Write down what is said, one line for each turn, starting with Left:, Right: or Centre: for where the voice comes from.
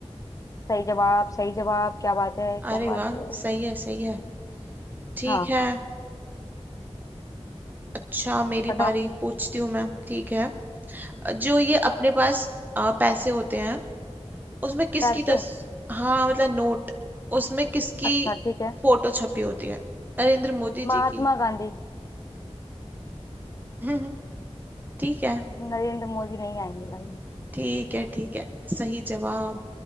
Left: सही जवाब सही जवाब क्या बात है क्या
Right: अरे
Left: बात
Right: वाह
Left: है
Right: सही है सही है ठीक
Left: हाँ
Right: है अच्छा मेरी
Left: बताओ
Right: बारी पूछती हूँ मैं ठीक है जो ये अपने पास अ, पैसे होते हैं उसमें किसकी
Left: पैसे
Right: तस हाँ मतलब नोट उसमें किसकी
Left: अच्छा ठीक है
Right: फोटो छपी होती है नरेंद्र मोदी
Left: महात्मा
Right: जी की
Left: गांधी
Right: <laughs> ठीक है
Left: नरेंद्र मोदी नहीं आएंगे भाई
Right: ठीक है ठीक है सही जवाब